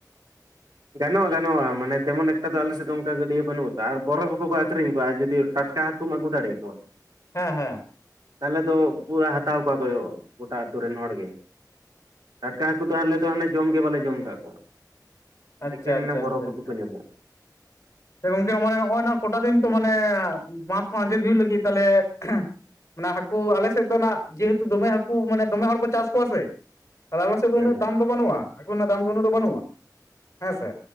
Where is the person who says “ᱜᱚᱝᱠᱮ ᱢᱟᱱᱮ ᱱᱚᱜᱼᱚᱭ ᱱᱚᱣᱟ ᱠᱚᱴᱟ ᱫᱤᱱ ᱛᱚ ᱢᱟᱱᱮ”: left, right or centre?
Left